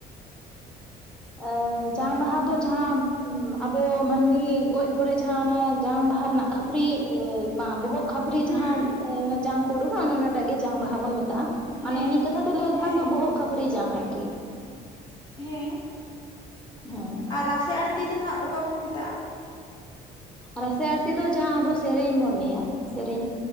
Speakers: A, in the centre; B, on the left (about 25°).
A: ᱮ ᱡᱟᱝ ᱵᱟᱦᱟ ᱫᱚ ᱡᱟᱦᱟᱸ ᱟᱵᱚ ᱢᱟᱹᱱᱢᱤ ᱜᱚᱡ ᱯᱚᱨᱮ ᱡᱟᱦᱟᱸ ᱚᱱᱟ ᱡᱟᱝ ᱵᱟᱦᱟ ᱨᱮᱱᱟᱜ ᱠᱷᱟᱹᱯᱟᱹᱨᱤ ᱵᱟᱝ ᱵᱚᱦᱚᱜ ᱠᱷᱟᱹᱯᱨᱤ
B: ᱦᱩᱸ
A: ᱡᱟᱦᱟᱸ ᱚᱱᱟ ᱡᱟᱝ ᱠᱚ ᱩᱰᱩᱠᱟ ᱚᱱᱟᱴᱟᱜ ᱜᱮ ᱡᱟᱝ ᱵᱟᱦᱟ ᱵᱚᱱ ᱢᱮᱛᱟᱜ-ᱟ᱾ ᱢᱟᱱᱮ
B: ᱦᱮᱸ
A: ᱢᱤᱫ ᱠᱟᱛᱷᱟ ᱛᱮ ᱞᱟᱹᱭ ᱞᱮᱠᱷᱟᱱ
B: ᱦᱮᱸ
A: ᱫᱚ ᱵᱚᱦᱚᱜ ᱠᱷᱟᱹᱯᱟᱹᱨᱤ ᱡᱟᱝ ᱟᱨᱠᱤ᱾
B: ᱦᱮᱸ᱾
A: <unintelligible>
B: ᱟᱨ ᱨᱟᱥᱮ ᱟᱲᱛᱤ ᱫᱚ ᱦᱟᱜ ᱚᱠᱟ ᱵᱚᱱ ᱢᱮᱛᱟᱜ-ᱟ?
A: ᱨᱟᱥᱮ ᱟᱲᱛᱤ ᱫᱚ, ᱡᱟᱦᱟᱸ ᱟᱵᱚ ᱥᱮᱨᱮᱧ ᱵᱚᱱ ᱞᱟᱹᱭᱟ ᱥᱮᱨᱮᱧ